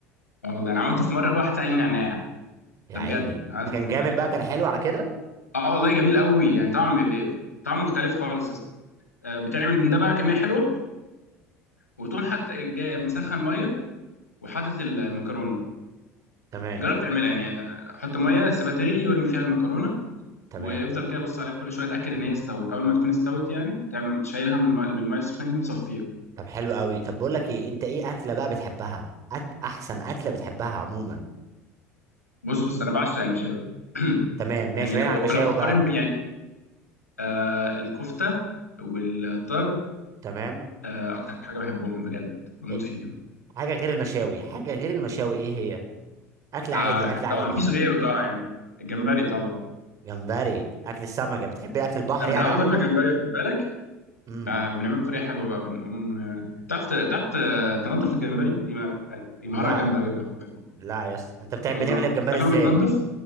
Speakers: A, on the left; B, on the right.
A: اه والله انا عملته في مره بقى واحد سألني نعناع
B: <laughs> يا
A: ده
B: عيني
A: بجد عملته
B: ده كان جامد
A: بنعناع.
B: بقى كان حلو على كده
A: اه والله جميل قوي يعني طعم ب... طعم مختلف خالص يا اسطى آه، بتعمل من ده بقى كميه حلوه وتقوم حاطط جاي مسخن ميه وحاطط ال- المكرونه
B: تمام
A: جرب تعملها يعني آه، حط ميه سيبها تغلي وارمي فيها المكرونه
B: تمام
A: وافضل كده بص عليها كل شويه اتاكد ان هي استوت اول ما تكون استوت يعني تعمل شايلها من الميه من المية السخنه دي وتصفيها
B: طب حلو قوي طب بقول لك ايه انت ايه اكله بقى بتحبها أك... احسن اكله بتحبها عموما
A: بص بص انا بعشق المشاوي
B: تمام
A: <clears throat>
B: ماشي
A: يعني
B: بعيد
A: لو
B: عن المشاوي
A: لو هقارن
B: بقى
A: بين يعني آه الكفته والطرب
B: تمام
A: آه، اكتر حاجه بحبهم بجد بموت
B: إيه؟
A: فيهم
B: حاجه غير المشاوي حاجه غير المشاوي ايه هي اكل عادي
A: آه
B: اكل عادي
A: طبعا مفيش
B: يعني
A: غيره طبعا يعني الجمبري طبعا
B: جمبري اكل السمك يعني بتحب اكل البحر
A: انا
B: يعني
A: متعود
B: عموما
A: اكل جمبري خد بالك
B: امم
A: بقى بنعمله بطريقه حلوه بقى بنقوم آه، تعرف ت- تعرف ت- تنضف الجمبري دي ما... دي
B: لا
A: مهاره جامده جدا خد بالك
B: لا يس انت بتع... بتعمل
A: والله تعرف
B: الجمبري
A: إن
B: ازاي
A: هو بيتنضف